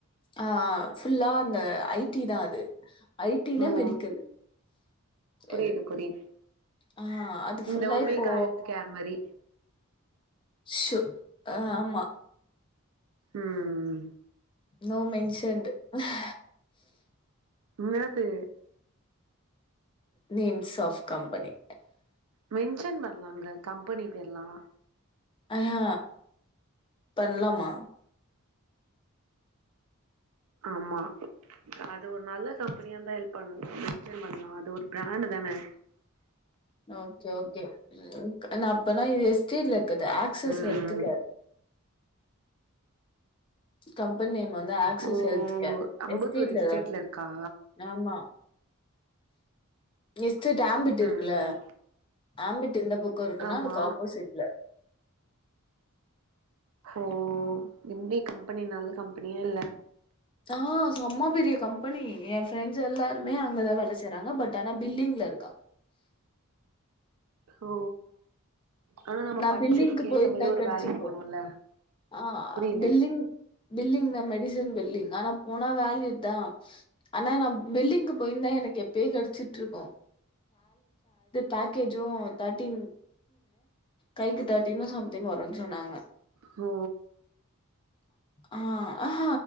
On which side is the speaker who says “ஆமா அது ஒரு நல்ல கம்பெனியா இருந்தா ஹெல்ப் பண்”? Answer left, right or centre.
Right